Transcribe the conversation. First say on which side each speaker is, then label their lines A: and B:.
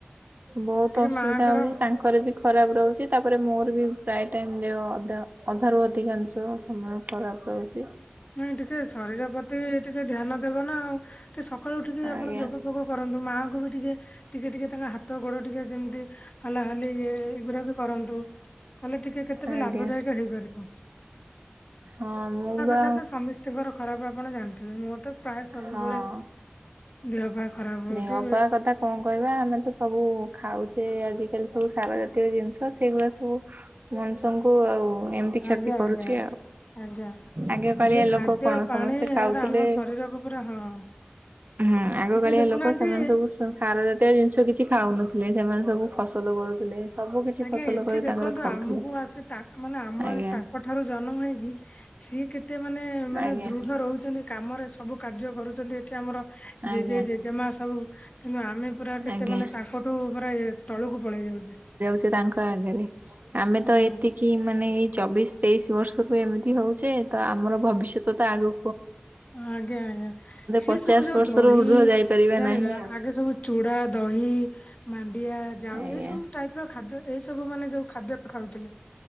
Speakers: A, on the right; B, on the left.
A: ବହୁତ
B: ଟିକେ
A: ଅସୁବିଧା
B: ମାଆଙ୍କର
A: ହଉଛି ତାଙ୍କର ବି ଖରାପ ର ରହୁଛି ତାପରେ ମୋର ବି ପ୍ରାୟ ଟାଇମ୍ ଦେହ ଅଧା ଅଧାରୁ ଅଧିକାଂଶ ସମୟ ଖରାପ ରହୁଚି।
B: ନାଇଁ ଟିକେ ଶରୀର ପ୍ରତି ଟିକେ ଧ୍ୟାନ ଦେବ ନା ଆଉ ଟିକେ ସ ସକାଳୁ ଉଠିକି ଆପଣ
A: ଆଜ୍ଞା
B: ଯୋଗ ଫୋଗ କରନ୍ତୁ ମାଆଙ୍କୁ ବି ଟିକେ ଟିକେ ଟିକେ ତାଙ୍କ ହାତ ଗୋଡ଼ ଟିକେ ଯେମିତି ହଲା ହଲି ଇଏ ଏଗୁରା ବି କରନ୍ତୁ। କଲେ ଟିକେ କେତେ ବି
A: ଆଜ୍ଞା
B: ଲାଭଦାୟକ ହେଇପାରିବ।
A: ହଁ ମୁଁ ବା
B: ଟ ତ ସମସ୍ତଙ୍କର ଖରାପ ଆପଣ ଜାଣିଥିବେ ମୋର ତ ପ୍ରାୟ ସବୁବେଳେ
A: ହଁ।
B: ଦେହ ପା ଖରାପ ହଉଛି
A: ଦେହ ପା କଥା କଣ କହିବା ଆମେ ତ ସବୁ ଖାଉଛେ ଆଜିକାଲି ସବୁ ସାର ଜାତୀୟ ଜିନିଷ ସେଇଗୁରା ସବୁ ମଣିଷଙ୍କୁ ଆଉ ଏମିତି କ୍ଷତି
B: ଆଜ୍ଞା
A: କରୁଛି
B: ଆଜ୍ଞା
A: ଆଉ
B: ଆଜ୍ଞା ଯୋଉ
A: ଆଗେ କାଳିଆ
B: ଖାଦ୍ୟ
A: ଲୋକ କଣ
B: ପାଣି
A: ସମସ୍ତେ ଖାଉଥିଲେ
B: ଏଗୁରା ଆମ ଶରୀର ହ ପରା ହଁ।
A: ହୁଁ ଆଗକାଳିଆ
B: ଏବେ ଦେଖୁନାହାନ୍ତି
A: ଲୋକ ସେ ସେମାନେ ସବୁ ସା ସାର ଜାତୀୟ ଜିନିଷ କିଛି ଖାଉନଥିଲେ ସେମାନେ ସବୁ ଫସଲ କରୁଥିଲେ ସବୁ କିଛି
B: ଆଜ୍ଞା
A: ଫସଲ
B: ଏଠି
A: କରି
B: ଦେଖନ୍ତୁ
A: ତାଙ୍କର ଖାଉଥିଲେ
B: ଆମକୁ ଆସି ତା ମାନେ ଆମେ
A: ଆଜ୍ଞା
B: ତାଙ୍କ ଠାରୁ ଜନମ ହେଇକି ସିଏ କେ ଏତେ ମାନେ ମାନେ
A: ଆଜ୍ଞା
B: ଦୃଢ ରହୁଛନ୍ତି କାମରେ ସବୁ କାର୍ଯ୍ୟ କରୁ ଚନ୍ତି ଏଠି ଆମର
A: ଆଜ୍ଞା
B: ଜେଜେ ଜେଜେମା ସବୁ। କିନ୍ତୁ ଆମେ ପୁରା କେତେ
A: ଆଜ୍ଞା
B: ମାନେ ତାଙ୍କଠୁ ପୁରା ଇଏ ତଳକୁ ପଳେଇ ଯାଉଛେ।
A: ସେ ତାଙ୍କ ଆଗେରେ ଆମେ
B: ହୁଁ
A: ତ ଏତିକି ମାନେ ଏଇ ଛୋ ଚବିଶ ତେଇଶି ବର୍ଷରୁ ଏମିତି ହଉଛେ ତ ଆମର ଭବିଷ୍ୟତ ତ ଆଗ
B: ଆଜ୍ଞା ଆଜ୍ଞା ସେ
A: ପଚାଶ
B: ସବୁ ଯୋଉ
A: ବର୍ଷରୁ
B: ଦହି
A: ଉର୍ଦ୍ଧ୍ୱ ଯାଇପାରିବା
B: ଜାଣିବା
A: ନାହିଁ ଆଉ
B: ଆଗେ ସବୁ ଚୁଡା ଦହି ମାଣ୍ଡିଆ ଯାଉ
A: ଆଜ୍ଞା
B: ଏ ସବୁ ଟାଇପ ର ଖାଦ୍ୟ ଏ ସବୁ ମାନେ ଯୋଉ ଖାଦ୍ୟ ଖାଉଥିଲେ।